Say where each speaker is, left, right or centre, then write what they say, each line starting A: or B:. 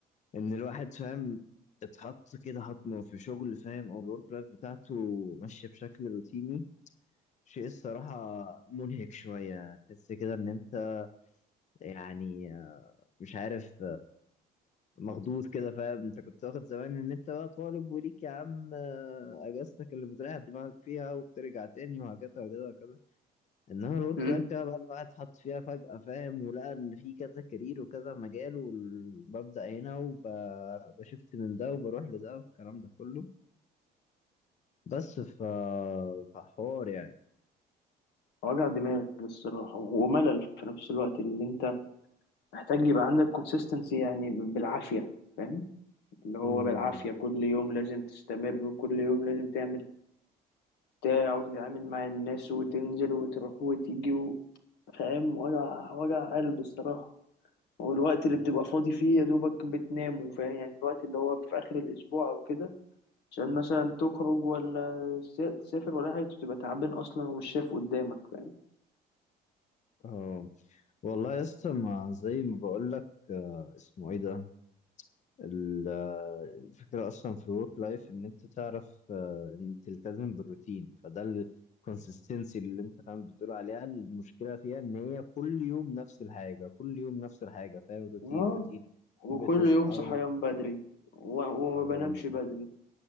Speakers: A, on the left; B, on the left.
A: ان الواحد فاهم اتحط كده حطمه في شغل فاهم او الورك لايف بتاعته ماشية بشكل روتيني شيء الصراحة منهك شوية تحس كده ان انت يعني آه، مش عارف مخضوض كده فاهم انت كنت واخد زمان ان انت بقى طالب وليك يا عم آه، اجازتك اللي بتريح دماغك فيها وبترجع تاني وهكذا وكذا وكذا انما الورك
B: امم
A: لايف كده بعد ما الواحد اتحط فيها فجأة فاهم ولقى ان في كذا كارير وكذا مجال وببدأ هنا وبشفت من ده وبروح لده والكلام ده كله بس ف فحوار يعني
B: وجع دماغ الصراحة وملل في نفس الوقت اللي انت محتاج يبقى عندك كونسيستنسي يعني بالعافية فاهم اللي هو
A: امم،
B: بالعافية
A: بالظبط
B: كل يوم لازم تستمر وكل يوم لازم تعمل بتاع وتتعامل مع الناس وتنزل وتروح وتيجي و- فاهم وجع وجع قلب الصراحة والوقت اللي
A: بعد-
B: بتبقى فاضي فيه يا دوبك بتنام فاهم يعني الوقت اللي هو في آخر الأسبوع أو كده عشان مثلا تخرج ولا تسافر ولا حاجة بتبقى تعبان أصلا والشاف قدامك فاهم
A: اه والله يا اسطى ما زي ما بقول لك اسمه ايه ده ال- الفكرة أصلا في الورك لايف إن أنت تعرف آه، إن تلتزم بالروتين فده الكونسستنسي اللي أنت فاهم بتقول عليها المشكلة فيها إن هي كل يوم نفس الحاجة كل يوم نفس الحاجة فاهم روتين
B: اه
A: روتين
B: وكل
A: بتصحى
B: يوم صحيان
A: وت...
B: بدري و- وما
A: آه،
B: بنامش بدري